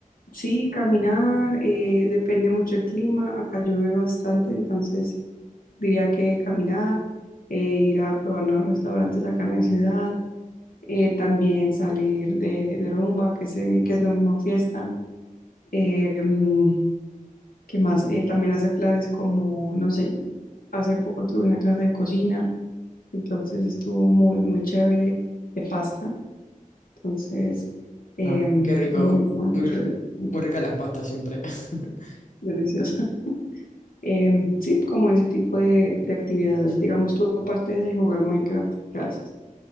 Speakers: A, on the left (about 90°); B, on the left (about 60°).
A: Sí, caminar, eh, depende mucho del clima, acá llueve bastante, entonces diría que caminar, eh, ir a probar nuevos restaurantes acá en la ciudad, eh, también salir de, de rumba, que, se, que es lo mismo fiesta. Eh, mm, ¿qué más? Eh, también hace planes como, no sé, hace poco tuve una clase de cocina, entonces estuvo muy, muy chévere de pasta. Entonces, em,
B: Ah, qué rico.
A: muy, muy, muy
B: Muy,
A: chévere,
B: r-
A: muy
B: muy ricas las pastas siempre. <laughs>
A: deliciosa. <laughs> Em, sí, como ese tipo de, de actividades. Digamos, tú aparte de jugar Minecraft, ¿qué haces?